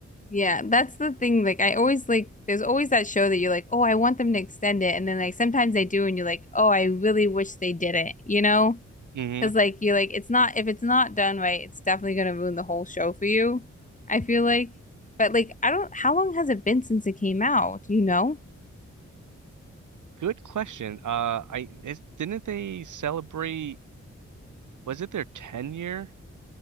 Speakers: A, on the left; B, on the right.
A: Yeah, that's the thing. Like, I always like, there's always that show that you're like, oh, I want them to extend it. And then, like, sometimes they do, and you're like, oh, I really wish they did it, you know?
B: hmm
A: Because, like, you're like, it's not, if it's not done right, it's definitely gonna ruin the whole show for you, I feel like. But, like, I don't, how long has it been since it came out? Do you know?
B: Good question. Uh, I is, didn't they celebrate? Was it their 10 year